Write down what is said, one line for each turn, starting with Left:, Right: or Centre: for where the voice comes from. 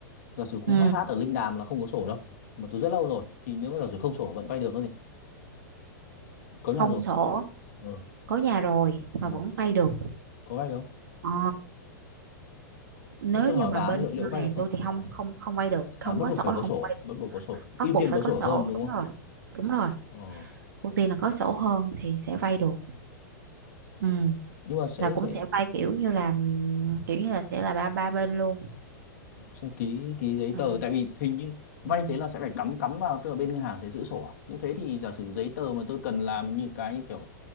Left: Giả sử khu
Right: Ừ,
Left: hát hát ở Linh Đàm là không có sổ đâu. Mà từ rất lâu rồi thì nếu mà giả sử không sổ vẫn vay được thì có
Right: không
Left: nhà rồi.
Right: sổ,
Left: Ờ,
Right: có nhà rồi mà
Left: ừ,
Right: vẫn vay được.
Left: có vay được không?
Right: Ờ, nếu
Left: Không, Tôi
Right: như
Left: hỏi
Right: mà
Left: bà
Right: bên
Left: liệu liệu
Right: ngân
Left: vay
Right: hàng
Left: được không?
Right: tôi thì không không không vay được, không
Left: À bắt
Right: có
Left: buộc
Right: sổ
Left: phải
Right: là
Left: có
Right: không
Left: sổ
Right: vay,
Left: à?
Right: được.
Left: Bắt buộc có sổ.
Right: bắt
Left: Ưu
Right: buộc
Left: tiên
Right: phải
Left: có
Right: có
Left: sổ
Right: sổ,
Left: hơn đúng
Right: đúng
Left: không?
Right: rồi. Đúng rồi,
Left: Ờ,
Right: ưu tiên là có sổ hơn thì sẽ vay được. Ừ,
Left: nhưng mà sẽ
Right: là cũng
Left: sẽ
Right: sẽ vay kiểu như là ừm, kiểu như là sẽ là ba ba bên luôn.
Left: sẽ ký ký giấy
Right: Ừ,
Left: tờ tại vì hình như vay
Right: ừ,
Left: thế là sẽ phải cắm cắm vào tức là bên ngân hàng sẽ giữ sổ à? Như thế thì giả sử giấy tờ mà tôi cần làm như cái như kiểu